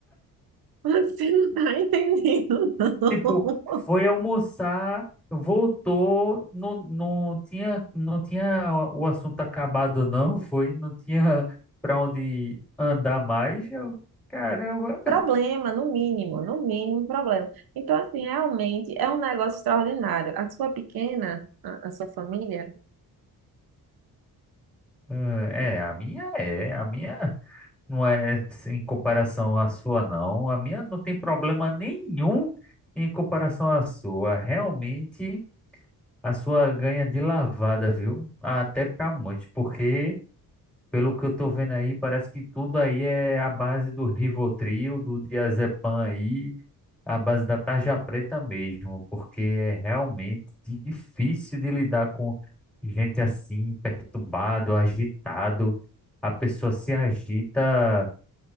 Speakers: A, on the right; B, in the centre.
A: Você não tá entendendo, não.
B: Tipo, foi almoçar, voltou, não, não tinha, não tinha o assunto acabado, não, foi, não tinha <laughs> pra onde andar mais. Eu, caramba.
A: Problema, no mínimo, no mínimo um problema. Então, assim, realmente é um negócio extraordinário. A sua pequena, a, a sua família,
B: Ah, É, a minha é, a minha não é em comparação à sua, não. A minha não tem problema nenhum em comparação à sua. Realmente, a sua ganha de lavada, viu? Até pra muitos, porque. Pelo que eu tô vendo aí, parece que tudo aí é a base do Rivotril, do Diazepam aí, a base da tarja preta mesmo, porque é realmente difícil de lidar com gente assim, perturbado, agitado. A pessoa se agita